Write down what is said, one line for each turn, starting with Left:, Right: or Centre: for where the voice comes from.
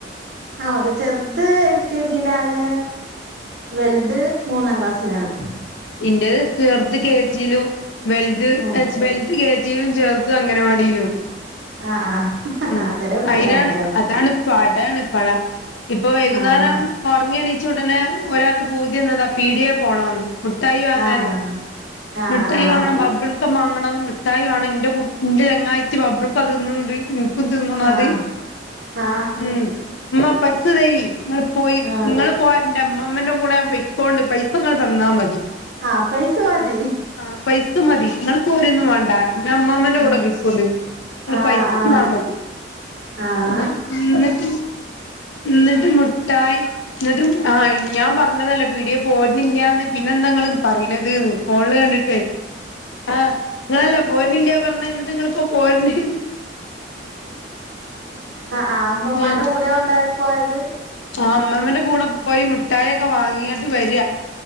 Right: ആ ഒരു ചെറുത് എൽ കെ ജി യിലാണ് വെൽത് മൂന്നാംക്ലാസ്സിലാണ്
Left: ഇന്റേത് ചെറുത് കെജിയിലും വെൽത്
Right: ആഹ്
Left: എച്ച് വെൽത് കെ ജി ലും ചെർത് അംഗനവാടിയിലും
Right: ആഹ് ആഹ്
Left: ഉം
Right: ആഹ് ചെറിയ കുട്ടികളാണല്ലേ
Left: അയ്നാണ് അതാണ് പടയാണ് പഴ ഇപ്പൊ വൈകുന്നേരം
Right: ആഹ്
Left: ഉറങ്ങി എണീച്ച ഉടനെ ഒരാൾക്ക് പൂതി വന്നതാ പീടിയെ പോണന്ന് മിഠായി വാങ്ങാനേ
Right: ആഹ് ആഹ്
Left: മിഠായി
Right: ആഹ്
Left: വാങ്ങണം ബബിൾഗം ക്കം വാങ്ങണം മിട്ടായിവേണം എൻറെ കു എന്റെ ചങ്ങായിച്ച് ബബിൾക്കം തിന്നണൊണ്ട് <unintelligible> അത്
Right: ആഹ് ആഹ്
Left: ഉം ഉമ്മ പൈസ തരി നിങ്ങള് പോയി
Right: ആഹ്
Left: നിങ്ങള് ങ്ങള് പോരേണ്ട മ്മമ്മ ന്റെ കൂടെ ഞാൻ പൊയ്ക്കൊണ്ട് പൈസങ്ങൾ തന്നാ മതി
Right: ആഹ് പൈസ മതി.
Left: ആ പൈസമതി ഇങ്ങള് പോരൊന്നും വേണ്ട മ്മമ്മ ന്റെ കൂടെ
Right: ആഹ്
Left: പൊയ്ക്കൊണ്ട് നിങ്ങള്
Right: ആഹ്
Left: പൈസ ന്നാ മതി
Right: ആഹ്
Left: എന്നട്ട്
Right: ആഹ്
Left: എന്നിട്ട് മുട്ടായി എന്നിട്ട് ആഹ് ഞാൻ പറഞ്ഞതല്ല പീടിയെ പോരുന്നില്ല ന്ന് പിന്നെ എന്താ ങ്ങള് പറയിണത്ന്ന് ഫോണിൽ കണ്ടിട്ട് ആഹ് നിങ്ങളല്ലാ പോർന്നില്ല പറഞ്ഞ എന്നിട്ട് നിങ്ങളിപ്പോ പോര്ൻ
Right: ആഹ് ആഹ് ഉമ്മമാന്റെ
Left: ഏഹ്
Right: കൂടെ ഉണ്ടായത് പോയത്
Left: ആഹ് മ്മമ്മ ന്റെ കൂടെ പോയ്‌ മുട്ടായി ഒക്കെ വാങ്ങിയാട്ട് വര